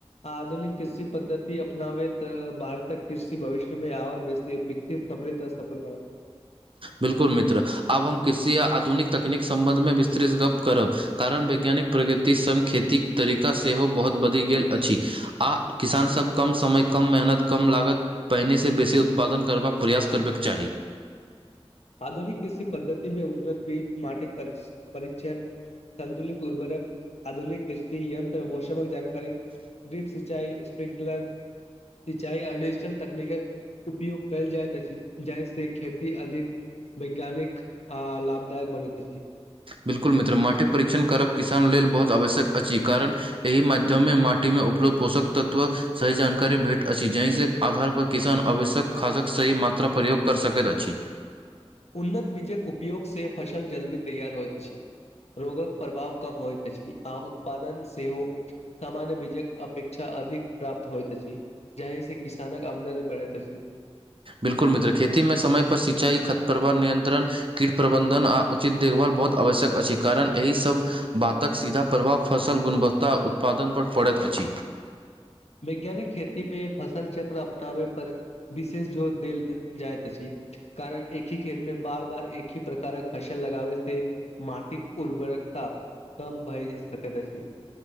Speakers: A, on the left; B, on the right.
A: आधुनिक कृषि पद्धति अपनावे तऽ, भारतक कृषि भविष्य मे आओर बेसी विकसित। तबिये सफल ब
B: बिल्कुल मित्र! आब हम कृषि आ आधुनिक तकनीक सम्बन्धमे, विस्तृत गप्प करब। कारण वैज्ञानिक प्रगति सङ्, खेतीक तरीका सेहो बहुत बदलि गेल अछि। आ किसानसभ कम समय, कम मेहनत, कम लागत। पहिनेसँ बेसी उत्पादन करबाक प्रयास करबाक चाही।
A: आधुनिक कृषि पद्धति मे, उन्नत बीज, माटिक परीक्षण। संन्तुलित उर्वरक, आधुनिक कृषि यंत्र, मौसमक जानकारी। डीप सिंचाई, स्प्रिंकलर। सिंचाई आ, डिजिटल तकनीकक उपयोग कयल जाइत अछि, जाहि से खेती अधिक। वैज्ञानिक आ लाभदायक बनेत अछी।
B: बिल्कुल मित्र! माटिक परीक्षण करब, किसान लेल बहुत आवश्यक अछि, कारण! एहि माध्यममे, माटीमे उपलब्ध पोषक तत्व। सही जानकारी भेट अछि, जाहिस आधार पर किसान आवश्यक। खादक सही मात्रा प्रयोग कऽ सकैत अछि।
A: उन्नत बीजक उपयोग से, फसल जल्दी तैयार होइत अछि। रोगक प्रभाव कम होइत अछि, आ उत्पादन सेहो। सामान्य बीज अपेक्षा, अधिक प्राप्त होइत अछी। जाहि से किसानक, आमदनी बढ़ै अछी।
B: बिलकुल मित्र! खेती मे समय पर सिंचाई, खतपवाह, नियंत्रण। कीट प्रबन्धन, आ उचित देखभाल बहुत आवश्यक अछि कारण एहिसभ। बातक सीधा प्रभाव, फसल गुणवत्ता, आ उत्पादनपर पड़ैत अछि।
A: वैज्ञानिक खेती मे फसल चक्र अपनाबे पर। विशेष जोर देल जाइत अछि, कारण एक ह खेत मे बार- बार एक ही प्रकारक फसल। लगाबे से, माटिक उर्वरकता कम भए सक छै।